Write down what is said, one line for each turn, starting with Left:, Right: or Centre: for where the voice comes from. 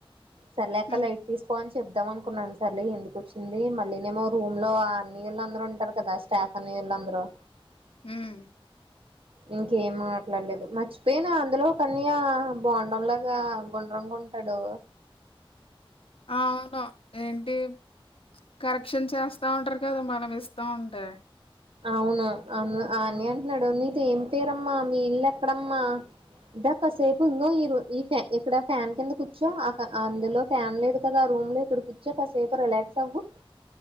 Right: సర్లేక్క
Left: ఉమ్
Right: లైట్ తీసు పోనీ చెప్దాం అనుకున్నాను, సర్లే ఎందుకు వచ్చింది మళ్ళీనేమో రూమ్ లో అన్ని ఇళ్ళు అందరు ఉంటారు కదా స్టాఫ్ కానీ ఇలంద్రూ
Left: ఉమ్
Right: ఇంకేం మాట్లాడలేదు మర్చిపోయినా అందులో ఓ కన్యా బొండం లాగా గుండ్రం గుం టాడు
Left: ఆ అవును ఏంటి? కరెక్షన్ చేస్తా ఉంటరు కదా మనమిస్తా ఉంటే.
Right: అవును అన్ ఆ అన్నయ
Left: హ్మ్.
Right: అంటున్నాడు, నీది ఏం పేరమ్మా, మీ ఇల్లు ఎక్కడమ్మా? ద కాసేపు ఇంగ ఈ రో ఈ ఫ్యా ఇక్కడ ఫ్యాన్ కింద కూర్చో అక అందులో ఫ్యాన్ లేదు కదా ఆ రూమ్ లో ఇక్కడ కూర్చో కాసేపు రిలాక్స్ అవ్వు